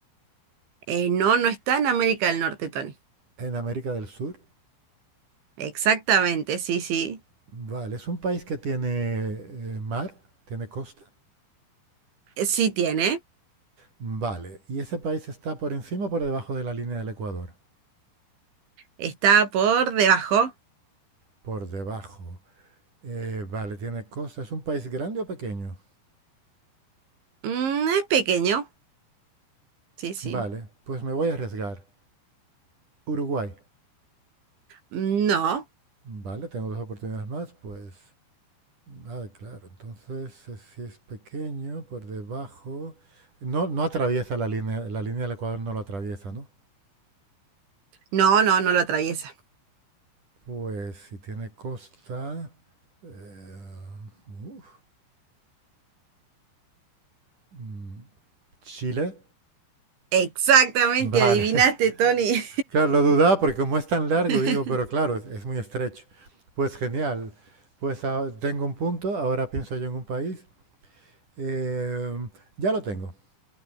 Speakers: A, on the right; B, on the right.
A: Eh, no, no está en América del Norte, Tony.
B: en América del Sur.
A: Exactamente, sí, sí.
B: Vale, es un país que tiene eh, mar, tiene costa.
A: Eh, Sí tiene.
B: Vale, y ese país está por encima o por debajo de la línea del Ecuador.
A: Está por debajo.
B: Por debajo. Eh, vale, tiene costa. ¿Es un país grande o pequeño?
A: Mm, es pequeño, sí, sí.
B: Vale, pues me voy a arriesgar. Uruguay.
A: No,
B: Vale, tengo dos oportunidades más, pues... Ah, claro. Entonces, eh, si es pequeño, por debajo... No, no atraviesa la línea, la línea del Ecuador no lo atraviesa, ¿no?
A: no, no, no lo atraviesa.
B: Pues si tiene costa, eh, uf, mm, Chile.
A: Exactamente,
B: Vale.
A: adivinaste,
B: <laughs>
A: Tony.
B: Claro, lo dudaba porque como es tan largo,
A: <laughs>
B: digo, pero claro, es, es muy estrecho. Pues genial. Pues ah, tengo un punto, ahora pienso yo en un país. Eh, ya lo tengo.